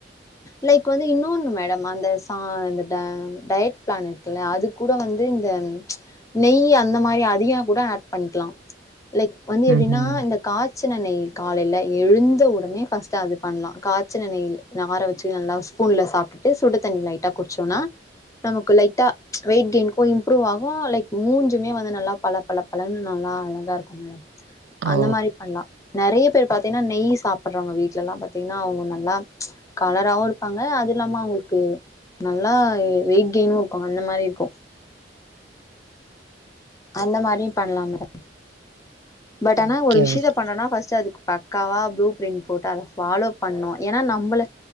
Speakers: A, on the left; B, on the right.
A: லைக் வந்து இன்னொன்னு மேடம் அந்த சா இந்த ட டயட் பிளன் இருக்குல்ல அது கூட வந்து இந்த நெய் அந்த மாரி அதிக கூட ஆட் பண்ணிக்கலா லைக் வந்து எப்டின்னா
B: ம்ஹ்ம்.
A: இந்த காச்சின நெய் காலையில எழுந்த உடனே ஃபர்ஸ்ட் அது பண்லா காச்சின நெயில் ஆர வெச்சு நல்லா ஸ்பூன்ல சாப்ட்டுட்டு சுடு தண்ணி லைட்டா குடிச்சோன்னா நமக்கு லைட்டா வெயிட் கெய்ன்க்கு இம்ப்ரூவ் ஆகு லைக் மூஞ்சுமே வந்து நல்லா பள பள பளன்னு நல்லா அழகா இருக்கு மேம்
B: ஓ!
A: அந்த மாரி பண்லா நெறைய பேர் பாத்தீங்கன்னா நெய் சாப்ட்டுறாங்க வீட்லெல்லா பாத்தீங்கன்னா அவங்க நல்லா கலராவு இருப்பாங்க அது இல்லாம அவங்களுக்கு நல்லா வெயிட் கெயினு இருக்கு அந்த மாரி இருக்கு அந்த மாரியு பண்லா மேடம் பட் ஆனா
B: ஓகே,
A: ஒரு விஷயத்த
B: ஓகே.
A: பண்ணனுன்னா ஃபஸ்ட் அதுக்கு பக் பக்கவா ப்ளூ பிரிண்ட் போட்டு அத ஃபாலோ பண்ணு ஏன்னா நம்மளே